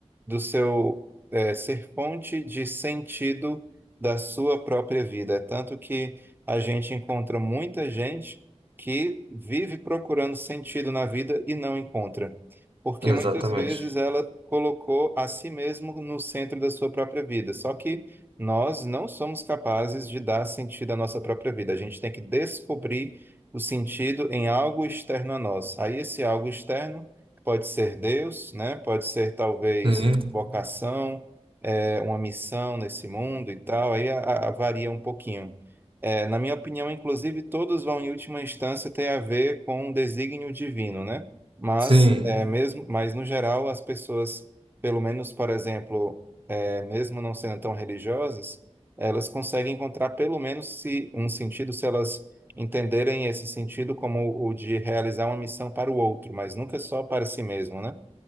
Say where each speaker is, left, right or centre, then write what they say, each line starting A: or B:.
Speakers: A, on the right (about 20°); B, on the right (about 50°).
A: do seu é, ser fonte de sentido da sua própria vida. É tanto que a gente encontra muita gente que vive procurando sentido na vida e não encontra, porque
B: exatamente.
A: muitas vezes ela colocou a si mesmo no centro da sua própria vida. Só que nós não somos capazes de dar sentido à nossa própria vida. A gente tem que descobrir o sentido em algo externo a nós. Aí esse algo externo pode ser Deus, né? Pode ser talvez
B: Sim,
A: vocação, é, uma missão nesse mundo e tal, aí a- a- varia um pouquinho. É, na minha opinião, inclusive, todos vão, em última instância, ter a ver com um desígnio divino, né? Mas,
B: sim,
A: é, mesmo, mas no geral, as pessoas, pelo menos, por exemplo, é, mesmo não sendo tão religiosas, elas conseguem encontrar, pelo menos, se, um sentido, se elas entenderem esse sentido como o de realizar uma missão para o outro, mas nunca só para si mesmo, né?